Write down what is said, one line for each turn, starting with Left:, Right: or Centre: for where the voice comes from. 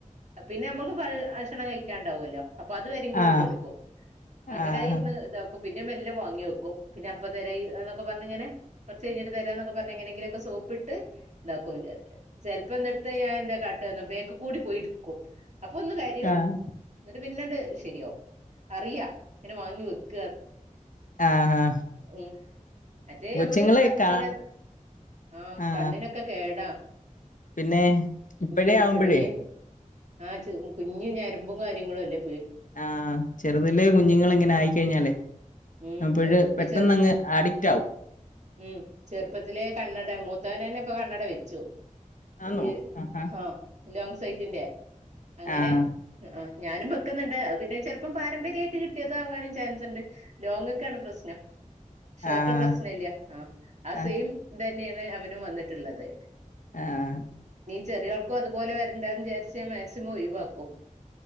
Right: പിന്നെ നമ്മുക്ക് ഭക്ഷണം കഴിക്കാണ്ടാവുമല്ലോ അപ്പൊ അത്വരും കൂടിയും
Left: ആഹ്
Right: കൊടുക്കും അങ്ങനൊയിരുന്നു
Left: ആഹ്
Right: പിന്നെ മെല്ല വാങ്ങി വക്ക പിന്നെ അപ്പ തരൊക്കെ പറെ കുറച്ച് കഴിഞ്ഞി തരൊന്നാ പറഞ്ഞു സോപ്പിട്ടു പ്പിട്ട് ഇതാക്കും ചെലപ്പോം എന്നിട്ടത്ത് ഞാ എന്താ കാട്ടന്ന ബേക്ക് കൂടി പോയിടുക്കും അപ്പൊ ഒന്ന് കാര്യോ
Left: ആഹ്
Right: എന്നിട്ട് പിന്നെണ്ട് ശരിയാ അറിയ ഇങ്ങനെ വാങ്ങി വെക്ക
Left: ആഹ്
Right: ഉ മറ്റേ
Left: കൊച്ചുങ്ങളെ
Right: നമ്മള് ശ്രദ്ധിച്ചില്ല
Left: കാ
Right: ആഹ
Left: ആഹ്
Right: കണ്ണിനൊക്കെ കേടാ
Left: പിന്നെ ഇപ്പഴേ
Right: ഉം
Left: ആവുമ്പഴേ
Right: ചെറിയ ആഹ കുഞ്ഞു ഞരമ്പും കാര്യങ്ങളുംല്ലേ
Left: ആഹ് ചെറുതല്ല കുഞ്ഞുങ്ങൾ എങ്ങനെ ആയിക്കഴിഞ്ഞ അല്ലെ
Right: ഉം
Left: നപ്പോ
Right: ഇപ്പൊ
Left: പെട്ടെന്ന്
Right: ചെർ
Left: അങ്ങ് അഡിക്റ്റ് ആകും
Right: ഉം ചെറുപ്പത്തിലെ കണ്ണട മൂത്തവന തന്നെ ഇപ്പൊ കണ്ണട വെച്ചു
Left: ആന്നോ
Right: ഈ
Left: ആഹാ
Right: ആ ലോങ് സൈറ്റിന്റെ അങ്ങനെ
Left: ആഹ്
Right: ആ ഞാനും വെക്കുന്നുണ്ട് പിന്നെ ചെപ്പം പാരമ്പര്യമായിട്ട് കിട്ടിയത ആകാനും ചാൻസ്ണ്ട് ലോങ്ങക്കാണ് പ്രശ്നം ഷോർട്ട്
Left: ആഹ്
Right: പ്രശ്ന ഇല്ല ആഹ ആ
Left: ആഹ്
Right: സെയിം തന്നെയാണ് അവനും വന്നിട്ടുള്ളത്
Left: ആഹ
Right: ചെറിയാൾക്കും അതുപോലെ വരണ്ടാന്ന് വിചാരിച്ച് മാക്സിമം ഒഴിവാക്കും